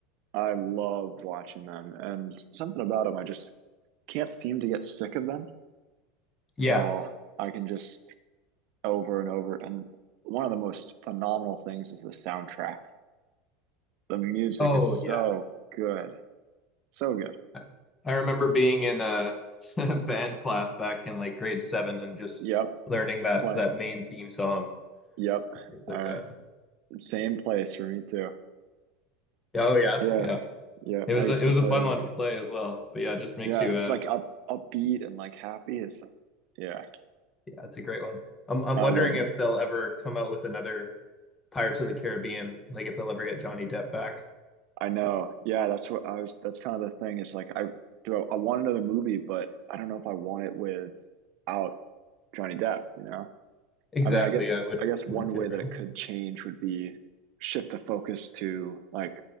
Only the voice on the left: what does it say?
Yeah.
Oh,
yeah.
I I remember being in a <laughs> band class back in like grade seven and just
learning that
that main theme song.
It was
uh,
yeah, oh yeah,
yeah.
It
was
a, it
was
a fun one to play as well. But yeah, it just makes
you
uh,
yeah, it's a great one. I'm I'm
wondering
if they'll ever come out with another Pirates of the Caribbean, like if they'll ever get Johnny Depp back.
Exactly.
Yeah, it would
wouldn't feel
real.